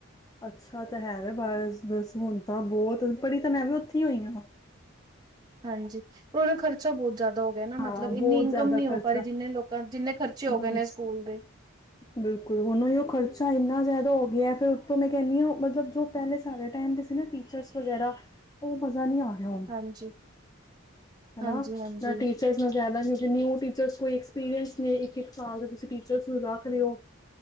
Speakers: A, on the left (about 15°); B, on the right (about 20°).
A: ਅੱਛਾ ਤਾਂ ਹੈਗਾ ਬਸ-ਬਸ ਹੁਣ ਤਾਂ ਬਹੁਤ ਪੜ੍ਹੀ ਤਾਂ ਮੈਂ ਵੀ ਉੱਥੇ ਹੀ ਹੋਈ ਆ।
B: ਹਾਂਜੀ ਪਰ ਉਹਦਾ ਖਰਚਾ ਬਹੁਤ ਜ਼ਿਆਦਾ ਹੋ ਗਿਆ ਨਾ।
A: ਹਾਂ
B: ਮਤਲਬ
A: ਬਹੁਤ
B: ਇੰਨੀ ਇਨਕਮ
A: ਜ਼ਿਆਦਾ
B: ਨੀ ਹੋ
A: ਖਰਚਾ
B: ਪਾ ਰਹੀ। ਜਿੰਨੇ ਲੋਕਾਂ ਜਿੰਨੇ ਖਰਚੇ ਹੋ
A: ਬਸ
B: ਗਏ ਨੇ ਸਕੂਲ ਦੇ
A: ਬਿਲਕੁਲ ਹੁਣ ਉਹ ਖਰਚਾ ਇੰਨਾ ਜ਼ਿਆਦਾ ਹੋ ਗਿਆ। ਫਿਰ ਤੋਂ ਮੈਂ ਕਹਿੰਨੀ ਆ। ਮਤਲਬ ਜੋ ਪਹਿਲੇ ਸਾਰੇ ਟਾਈਮ ਦੇ ਸੀ ਨਾ ਟੀਚਰਸ ਵਗੈਰਾ ਉਹ ਮਜ਼ਾ ਨਹੀਂ ਆ। ਹ ਹੁਣ
B: ਹਾਂਜੀ
A: ਹਨਾ।
B: ਹਾਂਜੀ ਹਾਂਜੀ
A: <unintelligible> ਕਿਉਂਕਿ ਨਿਊ ਟੀਚਰਸ ਕੋਈ ਐਕਸਪੀਰੀਅੰਸ ਨੇ ਇੱਕ-ਇੱਕ ਸਾਲ ਦੇ ਤੁਸੀਂ ਟੀਚਰਸ ਨੂੰ ਰੱਖ ਲੋ।